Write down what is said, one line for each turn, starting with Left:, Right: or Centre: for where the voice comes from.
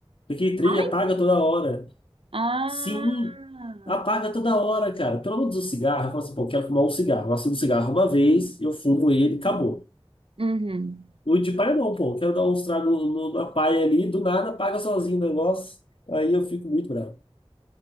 Left: Porque trem
Right: Ai?
Left: apaga toda hora.
Right: Ah!
Left: Sim, apaga toda hora, cara. Pelo menos o cigarro, eu falo assim, pô, quero fumar um cigarro. Eu acendo um cigarro uma vez, eu fumo ele, acabou.
Right: Uhum.
Left: O de paia não, pô, quero dar um tragos no- na paia ali, do nada apaga sozinho o negócio. Aí eu fico muito bravo.